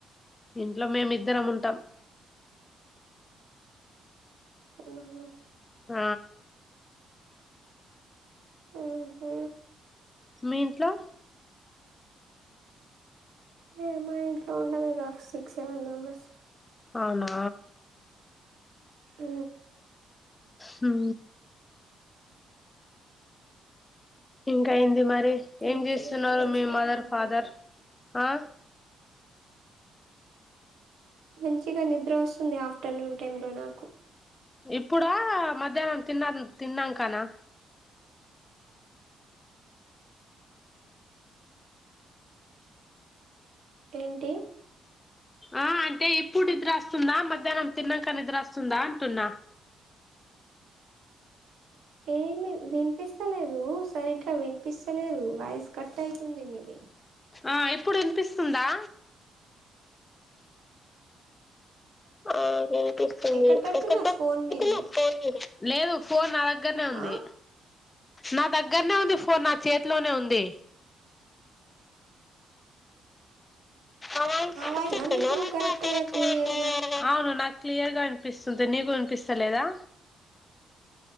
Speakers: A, on the left (about 20°); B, on the right (about 80°).
A: ఇంట్లో మేమిద్దరం ఉంటాం
B: అవునా
A: ఆ
B: ఆ హ
A: మీ ఇంట్లో
B: ఏ మా ఇంట్లో ఉన్నం ఇక సిక్స్ సెవెన్ మెంబెర్స్
A: అవునా
B: ఆ
A: హ ఇంకా ఏంది మరి ఏం
B: మంచిగా
A: చేస్తున్నారు
B: నిద్ర వస్తుంది
A: మీ మదర్
B: నాకైతే
A: ఫాదర్ ఆ
B: మంచిగా నిద్ర వస్తుంది ఆఫ్టర్నూన్ టైం లో నాకు
A: ఇప్పుడా మధ్యాహ్నం తిన్న తిన్నాంకానా
B: ఏంటి
A: ఆ అంటే ఇప్పుడు నిద్ర అస్తుందా మధ్యాహ్నం తిన్నాక నిద్రస్తుందా అంటున్నా
B: ఏం వినిపిస్తలేదు సరిగ్గా వినిపిస్తలేదు వాయిస్ కట్ ఐతుంది మీది
A: ఆ ఇప్పుడు వినిపిస్తుందా ఆ వినిపిస్తుంది
B: ఎక్కడ పెడుతున్నారు
A: విన్పియకోతే
B: ఫోన్ మీరు
A: నాకు ఫోన్ చై లేదు ఫోన్ నా దగ్గరనే ఉంది
B: ఆ
A: నా దగ్గరనే ఉంది ఫోన్ నా చేతిలోనే ఉంది ఆ వినిపిస్తుందా
B: నా వాయిసేనా మీకు
A: నీకు
B: కరెక్ట్‌గా
A: కరెక్ట్
B: క్లియర్‌గా?
A: గా క్లియర్ గా అవును నాకు క్లియర్గా వినిపిస్తుంది నీకు వినిపిస్తలేదా